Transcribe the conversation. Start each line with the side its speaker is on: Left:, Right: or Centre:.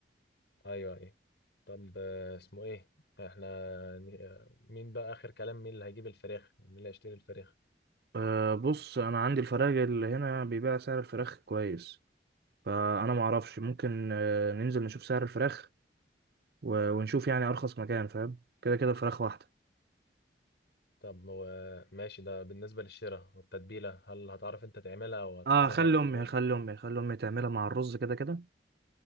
Left: ايوه ايه طب آه، اسمه ايه احنا ن- آه، مين بقى اخر كلام مين اللي هيجيب الفراخ مين اللي هيشتري الفراخ
Right: أه بص انا عندي الفراخ اللي هنا بيبيع سعر الفراخ كويس فانا ما اعرفش ممكن آه، ننزل نشوف سعر الفراخ و... ونشوف يعني ارخص مكان فاهم كده كده الفراخ واحده
Left: طب هو ماشي ده بالنسبة للشراء والتتبيلة هل هتعرف انت تعملها وهتخلي
Right: اه خلي
Left: امك تعملها
Right: امي خلي امي خلي امي تعملها مع الرز كده كده